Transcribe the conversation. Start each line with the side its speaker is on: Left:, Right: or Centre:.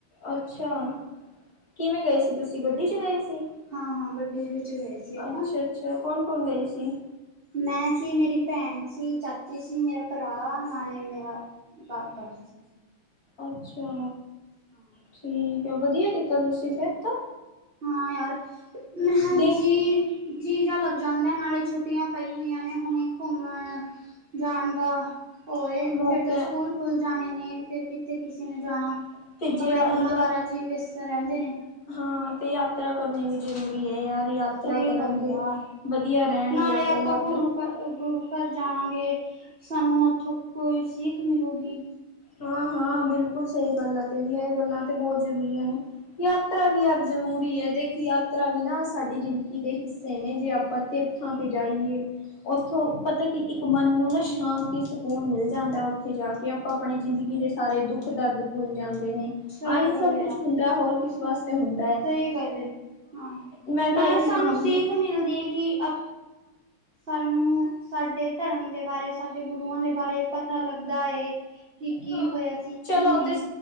Left: ਅੱਛਾ, ਕਿਵੇਂ ਗਏ ਸੀ, ਤੁਸੀਂ? ਗੱਡੀ 'ਚ ਗਏ ਸੀ।
Right: ਹਾਂ-ਹਾਂ। ਗੱਡੀ ਵਿੱਚ ਗਏ ਸੀ ਆਪਾਂ
Left: ਅੱਛਾ-ਅੱਛਾ, ਕੌਣ-ਕੌਣ ਗਏ ਸੀ?
Right: ਮੈਂ ਸੀ, ਮੇਰੀ ਭੈਣ ਸੀ, ਚਾਚੀ ਸੀ, ਮੇਰਾ ਭਰਾ ਨਾਲੇ ਮੇਰਾ ਪਾਪਾ ਸੀ।
Left: ਅੱਛਾ।
Right: ਹਾਂ
Left: ਠੀਕ ਹੈ, ਵਧੀਆ ਕੀਤਾ ਤੁਸੀਂ ਫਿਰ ਤਾਂ
Right: ਹਾਂ ਯਾਰ, ਮੈਂ ਕਿਹਾ
Left: ਦੇਖ
Right: ਜੀ ਜੀ ਜਹਾ ਲੱਗ ਜਾਂਦਾ, ਨਾਲੇ ਛੁੱਟੀਆਂ ਪਈ ਹੋਈਆਂ ਨੇ ਹੁਣੇ ਘੁੰਮਣ ਜਾਣ ਦਾ ਹੋਏ,
Left: ਮੌਕਾ
Right: ਫਿਰ ਤਾਂ ਸਕੂਲ ਖੁੱਲ ਜਾਣੇ ਨੇ ਫਿਰ ਕਿਤੇ ਕਿਸੇ ਨੇ ਜਾਣਾ?
Left: ਤੇ ਜੇ
Right: ਆਪਣੇ
Left: ਯਾ
Right: ਕੰਮਾਂ ਕਾਰਾਂ ਚ ਵੀ ਵਿਅਸਤ ਰਹਿੰਦੇ ਨੇ।
Left: ਹਾਂ। ਤੇ ਯਾਤਰਾ ਕਰਨੀ ਵੀ ਜ਼ਰੂਰੀ ਐ ਯਾਰ। ਯਾਤਰਾ
Right: ਸਹੀ
Left: ਕਰਨਗੇ,
Right: ਗੱਲ ਯਾਰ
Left: ਵਧੀਆ ਰਹਿਣਗੇ
Right: ਨਾਲੇ
Left: ਆਪਾਂ ਯਾਤਰਾ
Right: ਗੁਰੂ ਘ ਗੁਰੂ ਘਰ ਜਾਵਾਂਗੇ। ਸਾਨੂੰ ਉੱਥੋਂ ਕੋਈ ਸਿੱਖ ਮਿਲੁਗੀ
Left: ਹਾਂ-ਹਾਂ, ਬਿਲਕੁਲ ਸਹੀ ਗੱਲ ਆ ਤੇਰੀ ਇਹ ਗੱਲਾਂ ਤੇ ਬਹੁਤ ਜ਼ਰੂਰੀਆਂ ਨੇ। ਯਾਤਰਾ ਵੀ ਹਰ ਜ਼ਰੂਰੀ ਐ, ਦੇਖ ਯਾਤਰਾ ਵੀ ਨਾ ਸਾਡੀ ਜ਼ਿੰਦਗੀ ਦੇ ਹਿੱਸੇ ਨੇ ਜੇ ਆਪ ਤੀਰਥਾਂ ਤੇ ਜਾਈਏ। ਉੱਥੋਂ ਪਤਾ ਕਿ ਇੱਕ ਮਨ ਨੂੰ ਨਾ ਸ਼ਾਂਤੀ ਸਕੂਨ ਮਿਲ ਜਾਂਦਾ ਐ, ਉੱਥੇ ਜਾ ਕੇ ਆਪ ਆਪਣੀ ਜ਼ਿੰਦਗੀ ਦੇ ਸਾਰੇ ਦੁੱਖ ਦਰਦ ਭੁੱਲ ਜਾਂਦੇ ਨੇ।
Right: ਸਹੀ
Left: ਆਹੀ
Right: ਗੱਲ
Left: ਸਭ
Right: ਯਾਰ
Left: ਕੁੱਛ ਹੁੰਦਾ ਹੋਰ ਕਿਸ ਵਾਸਤੇ ਹੁਣ
Right: ਸਹੀ ਗੱਲ ਹੈ, ਹਾਂ।
Left: ਮੈਂ
Right: ਨਾਲੇ
Left: ਤਾਂ ਇਹੀ
Right: ਸਾਨੂੰ
Left: ਕਹਾਂਗੀ
Right: ਸਿੱਖ ਮਿਲਦੀ ਹੈ ਕਿ ਅ ਸਾਨੂੰ ਸਾਡੇ ਧਰਮ ਦੇ ਬਾਰੇ ਸਾਡੇ ਗੁਰੂਆਂ ਦੇ ਬਾਰੇ ਪਤਾ ਲੱਗਦਾ ਏ। ਕਿ ਕੀ
Left: ਹਾਂ
Right: ਹੋਇਆ ਸੀ?,
Left: ਚਲੋ
Right: ਕੀ ਨੀ।
Left: ਉਹ ਤੇ